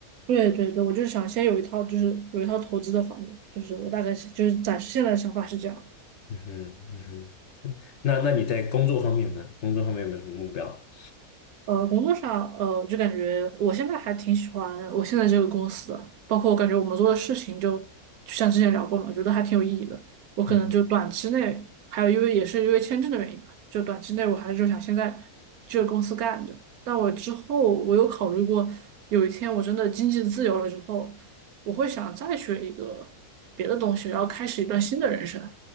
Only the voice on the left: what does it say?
嗯哼嗯哼，对那那你在工作方面呢？工作方面有没有什么目标？
嗯，